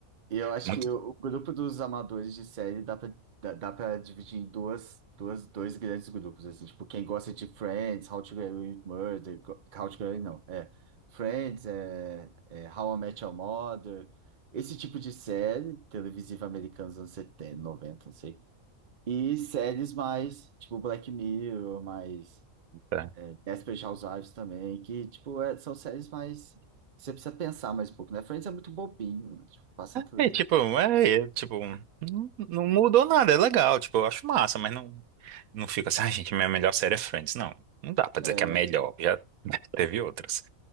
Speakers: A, on the right; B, on the right.
A: e eu acho
B: Muito.
A: que o o grupo dos amadores de série dá pra, dá, dá pra dividir em duas, duas, dois grandes grupos, assim, tipo, quem gosta de Friends, How to Get Away with Murder, co- How to Get Away, não, é, Friends, é, é How I Met Your Mother, esse tipo de série televisiva americana dos anos 70 90 não sei, e séries mais, tipo, Black Mirror, mais...
B: tanta.
A: Desperate Housewives também, que, tipo, é- são séries mais... que Você precisa pensar mais um pouco, né? Friends é muito bobinho, né? tipo, passa tudo.
B: É, e, tipo, é, e, tipo, não, não mudou nada, é legal, tipo, eu acho massa, mas não, não fico assim, ah, gente, minha melhor série é Friends. Não, não dá pra
A: É,
B: dizer que é a melhor, já <laughs> teve outras.